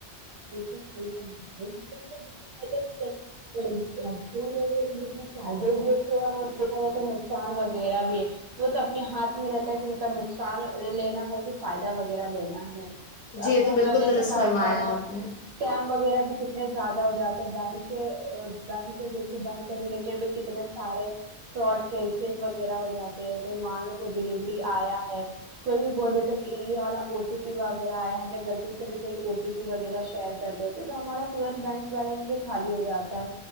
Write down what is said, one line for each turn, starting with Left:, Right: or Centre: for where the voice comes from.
Right: بالکل صحیح فرما رہی فون وغیرہ کے جس میں فائدے بھی ہے تھوڑا دیکھا جائے تو نقصان وغیرہ بھی ہے وہ تو اپنے ہاتھ میں رہتا ہے کہ ان کا نقصان لینا ہے کہ فائدہ وغیرہ لینا ہے
Left: جی یہ
Right: فون
Left: تو بالکل
Right: وغیرہ
Left: درست
Right: سے کافی
Left: فرمایا
Right: زیادہ
Left: آپ نے
Right: اسکایم وغیرہ بھی کتنے زیادہ ہو جاتے ہیں بینک کے بینک کے دیکھیے بینک ریلیٹڈ بھی کتنے سارے شاٹ کیسز وغیرہ ہو جاتے ہیں کوئی مانلو کوئی ڈیلیوری آیا ہے کوئی بھی بول دیتا ہے یہ والا او ٹی پی وغیرہ آیا ہے ہم نے غلطی سے بھی کوئی او ٹی پی وغیرہ شیر کر دیتے ہے تو ہمارا تورنت بینک بیلنس بھی خالی ہو جاتا ہے